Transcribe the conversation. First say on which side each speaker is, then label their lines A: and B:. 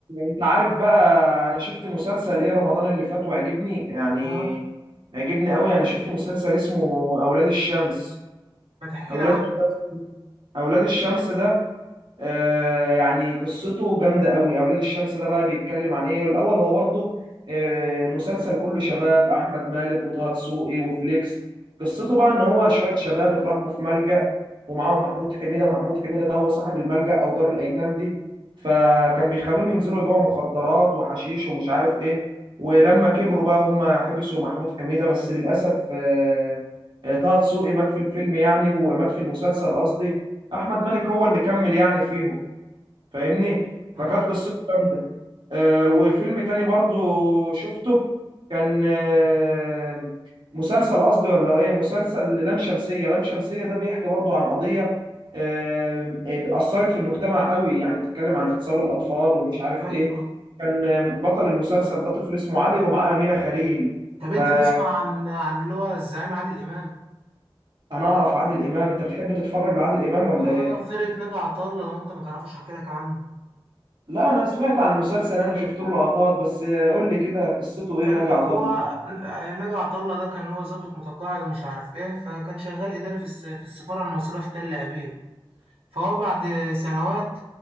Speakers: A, on the right; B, on the right.
A: انت عارف بقى انا شفت مسلسل ايه رمضان اللي فات وعجبني يعني
B: اه
A: عجبني قوي انا شفت مسلسل اسمه اولاد الشمس
B: ما تحكي
A: اولاد
B: لي عنه
A: الشمس اولاد الشمس ده آه، يعني قصته جامدة قوي أولاد الشمس ده بقى بيتكلم عن إيه الأول هو برضه آه، مسلسل كله شباب أحمد مالك وطه دسوقي وفليكس قصته بقى إن هو شوية شباب اتربوا في ملجأ ومعاهم محمود حميدة محمود حميدة ده هو صاحب الملجأ أو دار الأيتام دي فكان بيخلوهم ينزلوا يبيعوا مخدرات وحشيش ومش عارف إيه ولما كبروا بقى هم حبسوا محمود حميدة بس للأسف آه، آه، طه دسوقي مات في الفيلم يعني ومات في المسلسل
B: اه
A: قصدي احمد مالك هو اللي كمل يعني فيهم فاهمني
B: اه
A: فكانت قصته جامده آه، وفيلم تاني برضو شفته كان آه، مسلسل قصدي ولا ايه مسلسل لام شمسية لام شمسية ده بيحكي برضو عن قضية آه، آه، أثرت في المجتمع قوي يعني بتتكلم عن اغتصاب الأطفال ومش عارف
B: ايوه
A: ايه
B: آه.
A: كان آه، بطل المسلسل ده طفل اسمه علي ومعاه أمينة خليل
B: طب انت
A: فأنا
B: تسمع عن عن اللي هو الزعيم عادل امام
A: أعرف عادل إمام أنت بتحب تتفرج لعادل إمام ولا
B: اه
A: ايه
B: فرقه نجا عطله لو انت ما تعرفوش احكي لك عنه
A: لا انا سمعت عن المسلسل انا شفت له لقطات بس قول لي كده قصته ايه
B: كان
A: نجا عطله
B: هو نجا عطله ده كان هو ضابط متقاعد ومش عارف ايه فكان شغال اداري في الس- في السفاره المصريه في تل ابيب فهو بعد سنوات